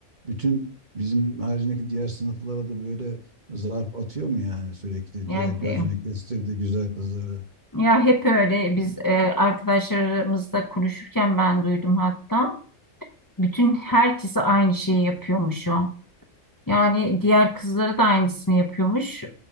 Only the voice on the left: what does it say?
Yani
Ya hep öyle biz e, arkadaşlarımızla konuşurken ben duydum hatta. Bütün herkese aynı şeyi yapıyormuş o. Yani diğer kızları da aynısını yapıyormuş. E,